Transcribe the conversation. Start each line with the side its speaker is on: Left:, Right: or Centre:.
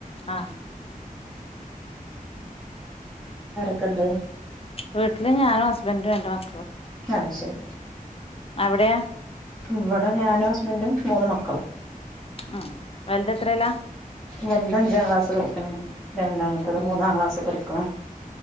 Left: ആഹ്
Centre: ഒക്കണ്ട്
Left: വീട്ടില് ഞാനും ഹസ്ബൻഡും രണ്ട് മക്കളും
Centre: ആഹ് ശരി
Left: അവിടെയാ
Centre: ഇവിടെ ഞാനും ഹസ്ബൻറും മൂന്ന് മക്കളും
Left: ഉം വലുത എത്രല്ലാ
Centre: വലുത് അഞ്ചാം ക്ലാസ്സ് പഠിക്കണ രണ്ടാമത്തത്
Left: ഉം
Centre: മൂന്നാം ക്ലാസ് പഠിക്കണം